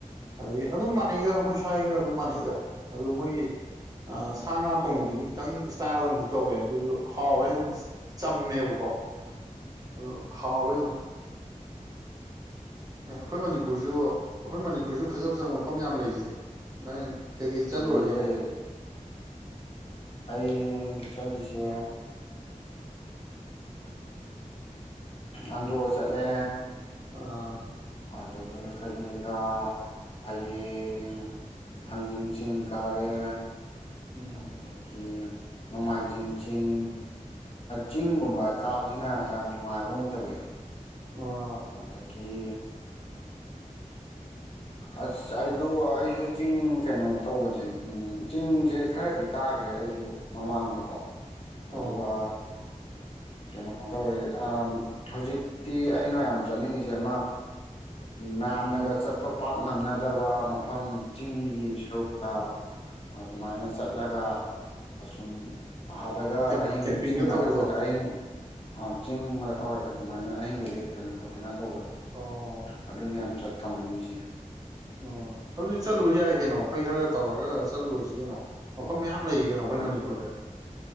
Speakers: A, on the right; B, on the left.
A: ꯑꯗꯒꯤ ꯑꯗꯨꯝ ꯃꯥꯟꯅꯩꯗ ꯑꯩꯈꯣꯏ ꯁ꯭ꯋꯥꯏꯒ ꯑꯗꯨꯝ ꯃꯥꯟꯅꯩꯗ ꯑꯗꯨ ꯃꯣꯏꯒꯤ ꯁꯥ ꯉꯥ ꯊꯣꯡꯕꯗꯨꯗꯤ ꯈꯤꯇꯪ ꯏꯁꯇꯥꯏꯜ ꯑꯃꯗꯤ ꯇꯧꯋꯦ ꯑꯗꯨꯁꯨ ꯍꯥꯎꯋꯦ ꯑꯗꯨꯝ ꯆꯝꯃꯦꯕꯀꯣ ꯑꯗꯨ ꯍꯥꯎꯋꯦ ꯑꯗꯨꯝ ꯑꯩꯈꯣꯏ ꯃꯅꯤꯄꯨꯔꯁꯨ ꯑꯩꯈꯣꯏ ꯃꯅꯤꯄꯨꯔꯁꯨ ꯐꯖ ꯐꯖꯕ ꯃꯐꯝ ꯌꯥꯝ ꯂꯩꯁꯤꯗꯤ ꯅꯪ ꯀꯩꯀꯩ ꯆꯠꯂꯨꯔꯒꯦꯅꯦ
B: ꯂꯩꯌꯦ ꯂꯩꯌꯦ ꯑꯩ ꯆꯠꯂꯤꯁꯦ ꯑꯟꯗ꯭ꯔꯣ ꯆꯠꯂꯦ
A: ꯑꯥ
B: ꯑꯗꯨꯗꯒꯤ ꯐꯩꯗꯦꯡꯒꯥ ꯐꯌꯦꯡ ꯊꯥꯡꯖꯤꯡ ꯆꯤꯡ ꯀꯥꯔꯦ
A: ꯑꯣ
B: ꯑꯗꯗꯒꯤ ꯅꯣꯡꯃꯥꯏꯖꯤꯡ ꯆꯤꯡ ꯆꯤꯡꯒꯨꯝꯕ ꯀꯥꯕꯁꯤꯅ ꯌꯥꯝ ꯅꯨꯡꯉꯥꯏꯕ ꯑꯣꯏꯅ ꯇꯧꯋꯤ
A: ꯑꯣ
B: ꯑꯗꯒꯤꯗꯒꯤ ꯑꯁ ꯑꯩꯗꯣ ꯑꯩꯁꯨ ꯆꯤꯡ ꯀꯩꯅꯣ ꯇꯧꯕꯁꯦ ꯆꯤꯡꯁꯦ ꯈꯔꯗꯤ ꯀꯥꯈ꯭ꯔꯦ ꯑꯩꯁꯨ ꯃꯃꯥꯡꯗꯀꯣ ꯑꯗꯨꯒ
A: ꯑꯣ
B: ꯀꯩꯅꯣ ꯇꯧꯔꯦ ꯍꯧꯖꯤꯛꯇꯤ ꯑꯩꯅ ꯌꯥꯝ ꯆꯠꯅꯤꯡꯉꯤꯁꯦ ꯑꯃ ꯃꯌꯥꯝꯅꯒ ꯆꯠꯄ ꯄꯥꯛ ꯉꯝꯅꯗꯕ ꯃꯐꯝ ꯆꯤꯡꯒꯤ ꯁꯔꯨꯛꯇ ꯑꯗꯨꯃꯥꯏꯅ ꯆꯠꯂꯒ ꯑꯁꯨꯝ ꯑꯥꯗꯒ
A: ꯀꯦꯝ
B: ꯑꯍꯤꯡꯒ
A: ꯀꯦꯝꯄꯤꯡꯒ
B: ꯆꯤꯡ ꯃꯊꯛꯇꯒ
A: ꯇꯧꯕꯗꯣ
B: ꯑꯍꯤꯡ ꯑ ꯆꯤꯡ ꯍꯣꯏ ꯑꯗꯨꯃꯥꯏꯅ ꯑꯍꯤꯡꯒ ꯂꯦꯛꯇꯅ ꯈꯣꯠꯇꯅ ꯇꯧꯕꯗꯣ
A: ꯑꯣ
B: ꯑꯗꯨꯅꯦ ꯌꯥꯝ ꯆꯠ ꯇꯧꯅꯤꯡꯉꯤꯁꯦ
A: ꯑꯣ ꯑꯗꯨ ꯆꯠꯂꯨꯔ ꯌꯥꯏ ꯀꯩꯅꯣ ꯑꯩꯈꯣꯏ ꯈꯔ ꯇꯧꯔꯒ ꯆꯠꯂꯨꯔꯁꯤ ꯀꯩꯅꯣ ꯃꯐꯝ ꯃꯌꯥꯝ ꯂꯩꯒꯅꯣ ꯑꯩꯈꯣꯏ
B: ꯍꯣꯏ
A: ꯃꯅꯤꯄꯨꯔꯗ